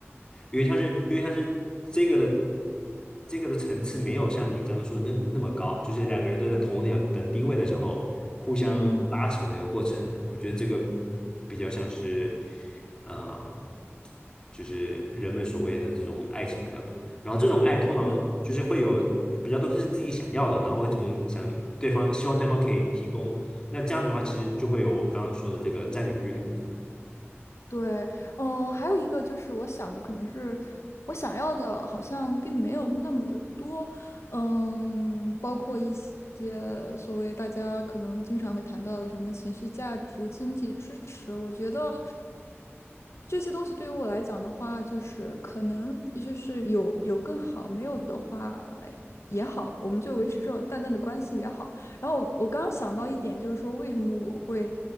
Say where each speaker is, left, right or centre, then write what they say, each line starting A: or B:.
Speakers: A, on the left; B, on the left.
A: 因为像是因为像是这个的这个的层次没有像你刚刚说那那么高，就是两个人都在同等等地位的时候互相嗯拉扯的一个过程，
B: 嗯，
A: 我觉得这个比较像是呃。就是人们所谓的这种爱情比较多。然后这种爱通常就是会有比较多是自己想要的，
B: 对。
A: 然后会从想对方希望对方可以提供。那这样子的话，其实就会有我刚刚说的这个占有欲的部分。
B: 对，嗯、还有一个就是我想的可能是我想要的，好像并没有那么的多，嗯，包括一些所谓大家可能经常会谈到的什么情绪价值、经济支持，我觉得这些东西对于我来讲的话，就是可能也就是有有更好，没有的话也好，我们就维持这种淡淡的关系也好。然后我我刚刚想到一点，就是说为什么我会。